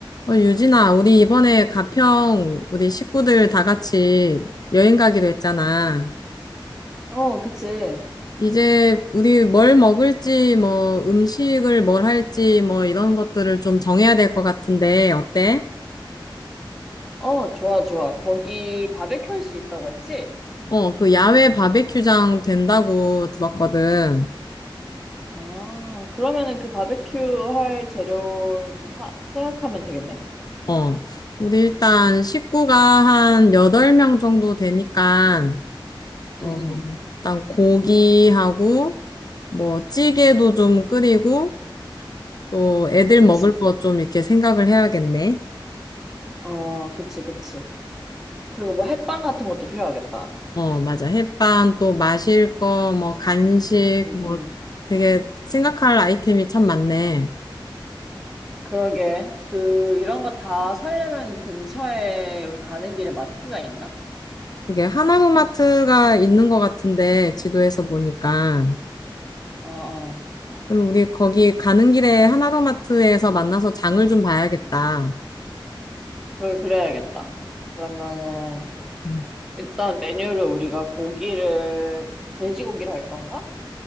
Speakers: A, on the left; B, in the centre.
A: 어, 유진아, 우리 이번에 가평 우리 식구들 다 같이 여행 가기로 했잖아.
B: 어, 그치.
A: 이제 우리 뭘 먹을지, 뭐 음식을 뭘 할지, 뭐 이런 것들을 좀 정해야 될 것 같은데, 어때?
B: 어, 좋아, 좋아. 거기 바베큐 할 수 있다고 했지?
A: 어, 그 야외 바베큐장 된다고 들었거든.
B: 아, 그러면은 그 바베큐 할 재료를 좀 사, 생각하면 되겠네?
A: 어, 우리 일단 식구가 한 여덟 명 정도 되니까,
B: 응,
A: 어,
B: 응.
A: 일단 고기하고, 뭐 찌개도 좀 끓이고, 또 애들
B: 그치.
A: 먹을 거 좀 이렇게 생각을 해야겠네.
B: 어, 그치, 그치. 그리고 뭐 햇반 같은 것도 필요하겠다.
A: 어, 맞아. 햇반, 또 마실 거, 뭐 간식,
B: 응,
A: 뭐
B: 응.
A: 되게 생각할 아이템이 참 많네.
B: 그러게. 그, 이런 거 다 사려면 근처에 우리 가는 길에 마트가 있나?
A: 그게 하나로마트가 있는 것 같은데, 지도에서 보니까.
B: 어, 어.
A: 그럼 우리 거기 가는 길에 하나로마트에서 만나서 장을 좀 봐야겠다.
B: 그러게, 그래야겠다. 그러면은,
A: 음.
B: 일단 메뉴를 우리가 고기를, 돼지고기를 할 건가?